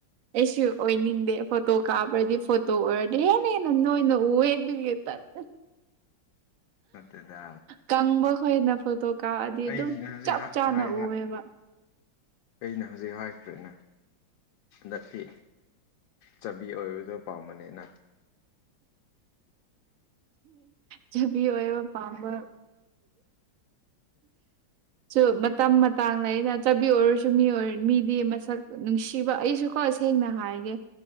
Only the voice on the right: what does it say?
ꯑꯩꯁꯨ ꯑꯣꯏꯅꯤꯡꯗꯦ ꯐꯣꯇꯣ ꯀꯥꯞꯕ꯭ꯔꯗꯤ ꯐꯣꯇꯣ ꯑꯣꯏꯔꯗꯤꯅꯦꯦꯟꯅ ꯅꯣꯏ ꯑꯣꯏꯅ ꯎꯑꯦ ꯑꯗꯨꯦ <inaudible>
ꯀꯪꯕ ꯍꯣꯏꯅ ꯐꯣꯇꯣ ꯀꯥꯗꯤ
ꯑꯗꯨꯝ
ꯆꯞ
ꯆꯥꯅ
ꯎꯑꯦꯕ
ꯆꯕꯤ ꯑꯣꯏꯕ ꯄꯥꯝꯕ ꯁꯨ ꯃꯇꯝ ꯃꯇꯥꯡ ꯂꯩꯅ ꯆꯠꯕꯤ ꯑꯣꯏꯔꯁꯨ ꯃꯤ ꯑꯣꯏꯔ ꯃꯤꯗꯤ ꯃꯁꯛ ꯅꯨꯡꯁꯤꯕ ꯑꯩꯁꯨꯀꯣ ꯁꯦꯡꯅ ꯍꯥꯏꯒꯦ